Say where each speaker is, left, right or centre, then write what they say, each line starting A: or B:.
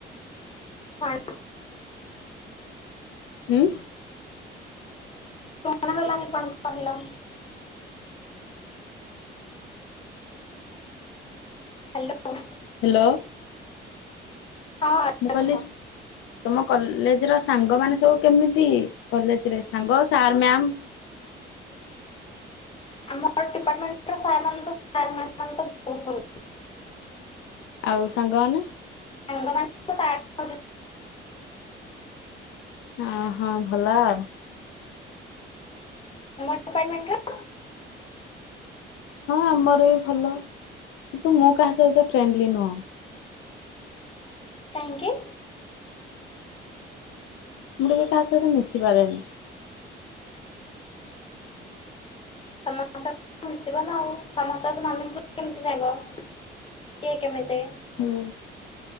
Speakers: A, on the left; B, on the left.
A: କରୁଛ କଣ
B: ହୁଁ।
A: ଶୁଣାଗଲାନି କଣ କହିଲ? ହ୍ୟାଲୋ।
B: ହ୍ୟାଲୋ।
A: ହଁ। ଏବେ
B: ମୁଁ କହିଲି
A: କୁହ
B: ତମ କଲେଜର ସାଙ୍ଗ ମାନେ ସବୁ କେମିତି କଲେଜରେ ସାଙ୍ଗ ସାର୍ ମାମ?
A: ଆମର ଡିପାର୍ଟମେଣ୍ଟର <unintelligible> ଭଲ
B: ଆଉ ସାଙ୍ଗମାନେ?
A: ସାଙ୍ଗମାନେ ତ ତାଠୁ ଆହୁରି-
B: ଅହ ଭଲ ଆଉ
A: ଆପାର୍ଟମେଣ୍ଟର?
B: ହଁ ଆମର ବି ଭଲ କିନ୍ତୁ ମୁଁ କାହା ସହିତ ଫ୍ରେଣ୍ଡଲି ନୁହଁ।
A: କାହିଁକି?
B: ମୁଁ କେବେ କାହା ସହିତ ମିଶିପାରେନି।
A: <unintelligible> ମିଶିବ ନା ଆଉ ସମସ୍ତଙ୍କ ସହ ମିିଶିଲେ କେମିତି ଜାଣିବ କିଏ କେମିତି?
B: ହୁଁ